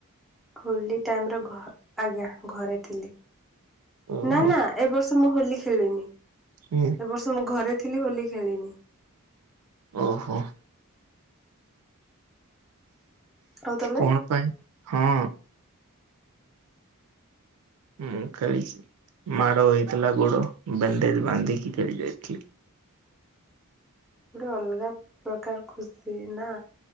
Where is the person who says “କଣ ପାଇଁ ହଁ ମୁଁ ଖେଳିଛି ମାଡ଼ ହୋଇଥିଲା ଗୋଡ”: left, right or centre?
Right